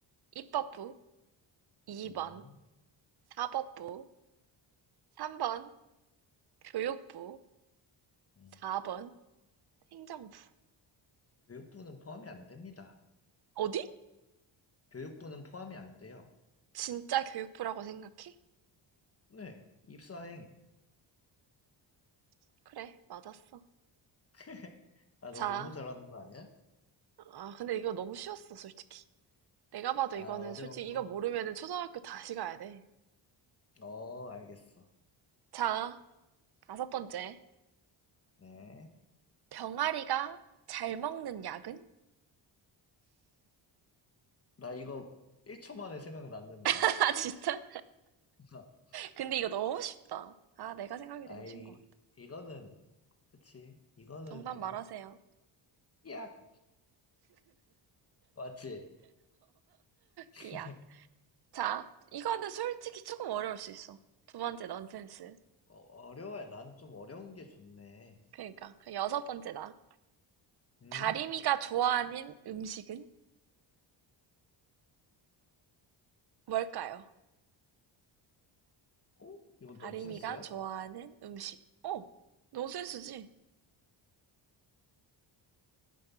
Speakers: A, on the right; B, on the left.
A: 입법부, 2번
B: 음,
A: 사법부, 3번 교육부,
B: 음.
A: 4번 행정부.
B: 교육부는 포함이 안 됩니다.
A: 어디?
B: 교육부는 포함이 안 돼요.
A: 진짜 교육부라고 생각해?
B: 네, 입사행.
A: 그래, 맞았어.
B: <laughs> 아,
A: 자,
B: 너 너무 잘하는 거 아니야?
A: 아, 근데 이거 너무 쉬웠어, 솔직히. 내가 봐도
B: 아,
A: 이거는
B: 어려운
A: 솔직히
B: 거.
A: 이거 모르면은 초등학교 다시 가야 돼.
B: 어, 알겠어.
A: 자, 다섯 번째.
B: 네.
A: 병아리가 잘 먹는 약은?
B: 나 이거 1초 만에 생각났는데.
A: <laughs> 아, 진짜?
B: <laughs>
A: 근데 이거 너무 쉽다. 아, 내가 생각이
B: 아이,
A: 되고 쉰 거.
B: 이거는, 그치. 이거는
A: 정답
B: 좀,
A: 말하세요.
B: 약! 맞지? <laughs>
A: 삐약. 자, 이거는 솔직히 조금 어려울 수 있어. 두 번째 넌센스.
B: 어, 어려워야. 나는 좀 어려운 게 좋네.
A: 그러니까. 그 여섯 번째다.
B: 응?
A: 다리미가 좋아하는 음식은 뭘까요?
B: 어? 이거 넌센스야?
A: 다리미가 좋아하는 음식. 어, 넌센스지?